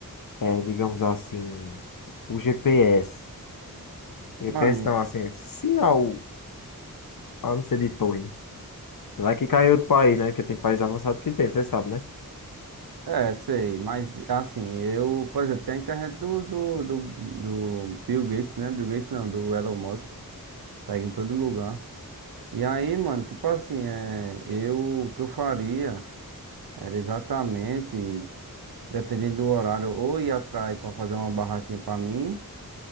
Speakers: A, on the left; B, on the right.
A: é, digamos assim, o GPS. GPS
B: Mano,
A: não, assim, sinal, a não ser de torre. Vai que cai em outro país, né? Porque tem país avançado que tem, você sabe, né?
B: É, sei, mas assim, eu, por exemplo, tem a internet do, do, do, do Bill Gates, né? Bill Gates não, do Elon Musk, pega em todo lugar. E aí, mano, tipo assim, é, eu, o que eu faria era exatamente, dependendo do horário, ou ir atrás pra fazer uma barraquinha pra mim,